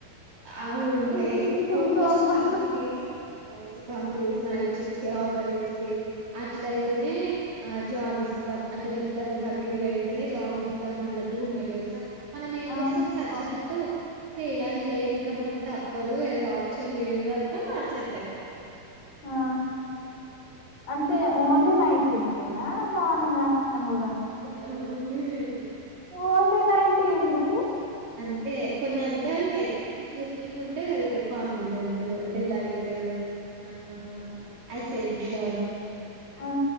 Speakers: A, on the right (about 60°); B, on the left (about 60°).
A: ఆ ఉంటాయి
B: ఈ షిఫ్టులతోని
A: మోస్ట్
B: బా
A: కంపెనీస్ మోస్ట్ కంపెనీస్ నైట్ షిఫ్ట్సే ఆఫర్ చేస్తాయి అట్ల అయితేనే ఆ జాబ్ ఇస్తాం అంటే మీరు దానిక డిగ్రీ అయితేనే జాబ్ ఇస్తాం అన్నట్టు ఉంటాయి తెలుసా మనం ఏం
B: అమ్మో!
A: చేస్తాం సచ్చినట్టు చెయ్యాలే ఇంకా మనకి తప్పదు అది ఆప్షన్ లేదు అంతా మనం సెట్ అయితాం
B: ఆ అంటే ఓన్లీ నైట్ షిఫ్ట్ అంటేనా మార్నింగ్ వస్తాను కూడా
A: యా ఓన్లీ నైటే
B: ఓన్లీ నైట్ ఏంది
A: అంతే కొన్ని అంతే ఉంటాయి ఇట్ ఇవి ఉంటాయి కదా ఇప్పుడు కాగ్నిజంట్, డిలైట్ ఆవును అసెన్షర్
B: ఆ